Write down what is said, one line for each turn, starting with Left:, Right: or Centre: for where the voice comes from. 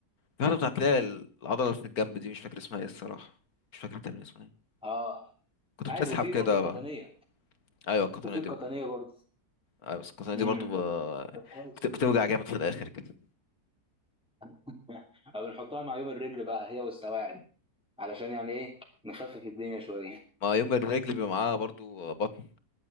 Left: في واحدة بتاعت ليها العضلة اللي في الجنب دي مش فاكر اسمها ايه الصراحة مش فاكر التمرين اسمها ايه
Centre: اه
Left: كنت
Centre: عادي
Left: بتسحب
Centre: وفي
Left: كده
Centre: برضه القطنيه
Left: بقى أيوة القطنية
Centre: وفي
Left: دي
Centre: القطنيه
Left: بقى
Centre: برضه
Left: أيوة بس القطنية دي
Centre: امم
Left: برضو ب...
Centre: طب كويس
Left: بت... بتوجع جامد في الآخر كده
Centre: <laughs> أو بنحطها مع يوم الرجل بقى هي والسواعد علشان يعني ايه نخفف الدنيا شويه
Left: ما يوم الرجل بيبقى معاها برضو بطن